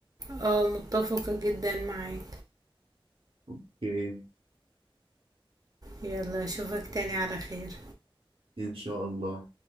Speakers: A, on the right; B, on the right.
A: اه متفقة جدا معاك
B: اوكي
A: يلا اشوفك تاني على خير
B: ان شاء الله